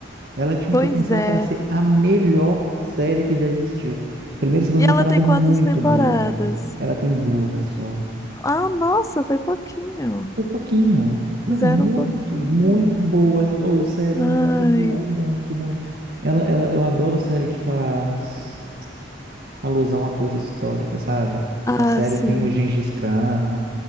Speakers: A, on the right; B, on the left.
A: Ela tinha
B: pois
A: um potencial
B: é.
A: pra ser a melhor série que já existiu. Primeira e segunda
B: E ela
A: temporada
B: tem quantas
A: muito
B: temporadas?
A: boa. Ela tem duas só.
B: Ah, nossa, foi pouquinho.
A: Foi um pouquinho. Não,
B: Fizeram
A: muito,
B: um pouquinho.
A: muito boa. Ou série é muito
B: Ai.
A: boa, muito, muito. Ela, ela, eu adoro série que faz alusão a coisa histórica, sabe?
B: Ah,
A: A série
B: sim.
A: tem o Gengis Khan,